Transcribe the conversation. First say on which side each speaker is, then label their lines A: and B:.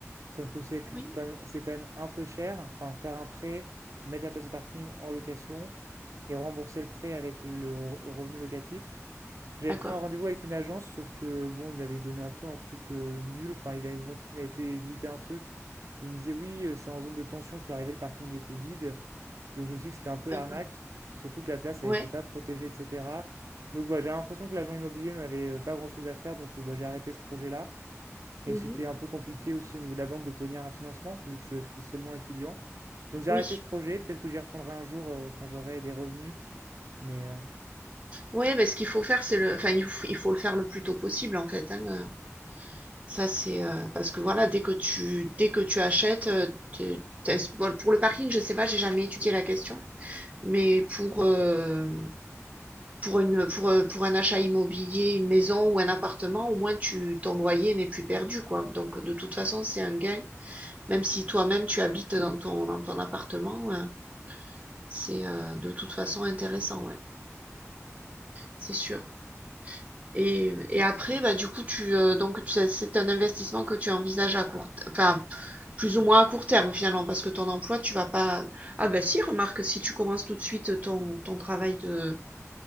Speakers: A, on the right; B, on the right.
A: sauf que c'est
B: oui,
A: c'est quand même, c'est quand même un peu cher. Enfin, faire un prêt, mettre la place de parking en location et rembourser le prêt avec le, re- le revenu locatif. J'avais
B: d'accord,
A: pris un rendez-vous avec une agence, sauf que bon, il m'avait donné un peu un truc euh, nul. Enfin, il m'avait mont- il m'avait fait visiter un truc. Il me disait oui, euh, c'est en zone de tension. Je suis arrivé, le parking était vide. Donc je me suis dit que c'était un peu
B: d'accord.
A: l'arnaque, surtout que la place,
B: Ouais.
A: elle n'était pas protégée, etc. Donc voilà, j'ai l'impression que l'agent immobilier n'avait euh, pas grand-chose à faire, donc euh, bah, j'ai arrêté ce projet-là. Et
B: Mmh
A: c'était un peu compliqué aussi au niveau de la banque d'obtenir un financement, vu que je suis seulement étudiant. Donc j'ai
B: Oui.
A: arrêté ce projet, peut-être que j'y retournerai un jour euh, quand j'aurai des revenus. Mais euh,
B: Ouais, mais ce qu'il faut faire, c'est le enfin, il faut il faut le faire le plus tôt possible en fait, hein, Ça, c'est euh, parce que voilà, dès que tu dès que tu achètes, euh, t'es- t'es- bon, pour le parking, je sais pas, j'ai jamais étudié la question, mais pour euh, pour une pour euh, pour un achat immobilier, une maison ou un appartement, au moins tu ton loyer n'est plus perdu quoi. Donc de toute façon, c'est un gain, même si toi-même tu habites dans ton dans ton appartement, hein, c'est euh, de toute façon intéressant, ouais, c'est sûr. Et, et après, bah, du coup, tu, euh, donc, tu- c'est un investissement que tu envisages à court, enfin, plus ou moins à court terme finalement, parce que ton emploi, tu vas pas. Ah bah si, remarque, si tu commences tout de suite ton, ton travail de,